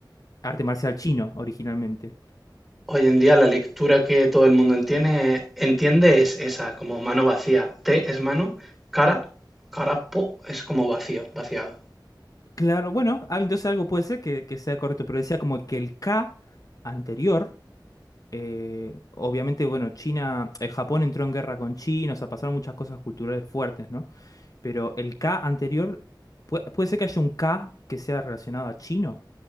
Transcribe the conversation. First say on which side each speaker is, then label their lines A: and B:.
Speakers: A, on the left (about 45°); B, in the centre.
A: arte marcial chino originalmente.
B: Hoy en día la lectura que todo el mundo entiende, entiende es esa, como mano vacía. Te es mano, cara, cara po es como vacío, vaciado.
A: Claro, bueno, ah, entonces algo puede ser que, que sea correcto, pero decía como que el K anterior, eh, obviamente, bueno, China, eh, Japón entró en guerra con China, o sea, pasaron muchas cosas culturales fuertes, ¿no? Pero el K anterior, pue- puede ser que haya un K que sea relacionado a chino.